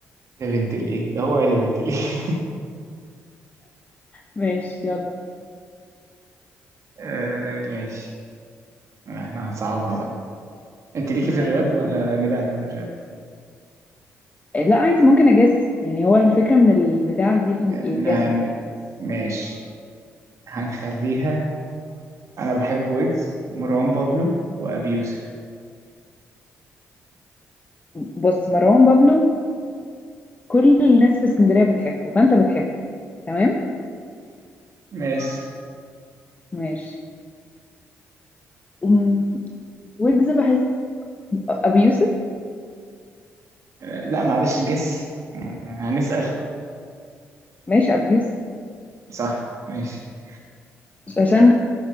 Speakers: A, on the right; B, on the left.
A: يا بنت الايه ده هو يا بنت الايه <laughs>
B: ماشي يلا
A: آه ماشي احنا هنصعبها بقى انت ليكي
B: ماشي
A: في الراب ولا نبعد عن الراب
B: لا عادي ممكن اجس يعني هو الفكره من البتاع دي ال-
A: ن-
B: الجسم دي يعني
A: ماشي هنخليها انا بحب ويجز ومروان بابلو وابي يوسف
B: بص مروان بابلو كل الناس في اسكندريه بتحبه فانت بتحبه تمام
A: ماشي
B: ماشي أم، ويجز بحس ابي يوسف
A: آه، لا معلش جس آه، هنسأل
B: ماشي ابي يوسف
A: صح ماشي
B: عشان